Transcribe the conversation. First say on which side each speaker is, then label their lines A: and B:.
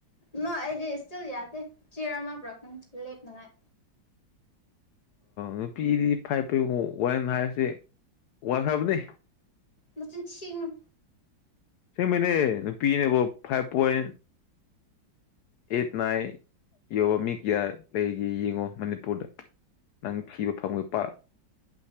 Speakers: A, on the left (about 20°); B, on the left (about 70°).
A: ꯅꯣꯏ ꯑꯩꯗꯤ ꯏꯁꯇꯤꯜ ꯌꯥꯗꯦ ꯆꯤꯌꯔ ꯑꯃ ꯄꯨꯔꯛꯀꯅꯤ ꯂꯦꯞꯅꯉꯥꯏ
B: ꯅꯨꯄꯤꯗꯤ ꯐꯥꯏꯞ ꯄꫭꯏꯟ ꯋꯥꯟ ꯍꯥꯏꯕꯁꯦ ꯋꯥꯟ ꯈꯔꯕꯅꯤ
A: ꯃꯆꯤꯟ ꯊꯤꯅꯨ
B: ꯑꯁꯦꯡꯕꯩꯅꯦ ꯅꯨꯄꯤꯅꯦꯕꯨ ꯐꯥꯏꯞ ꯄꯣꯏꯟ ꯑꯦꯠ ꯅꯥꯏ ꯌꯥꯎꯕ ꯃꯤ ꯀꯌꯥ ꯂꯩꯒꯦ ꯌꯦꯡꯉꯣ ꯃꯅꯤꯄꯨꯔꯗ ꯅꯪ ꯊꯤꯕ ꯐꯪꯉꫭꯏ ꯄꯥꯛ